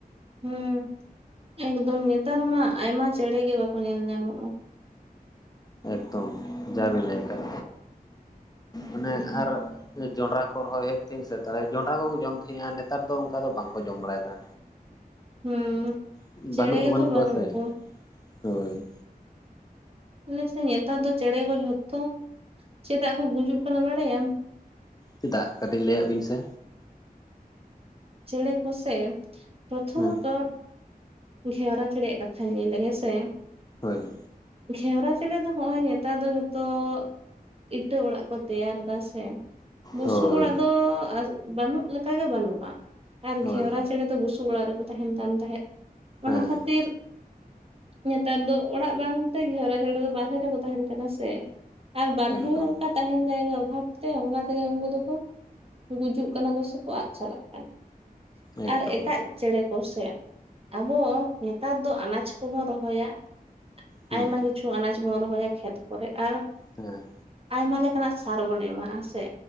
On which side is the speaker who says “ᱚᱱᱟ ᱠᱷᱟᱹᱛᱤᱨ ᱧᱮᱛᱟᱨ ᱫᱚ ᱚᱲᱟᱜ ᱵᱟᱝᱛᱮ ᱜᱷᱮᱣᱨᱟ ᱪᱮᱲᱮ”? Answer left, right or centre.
Right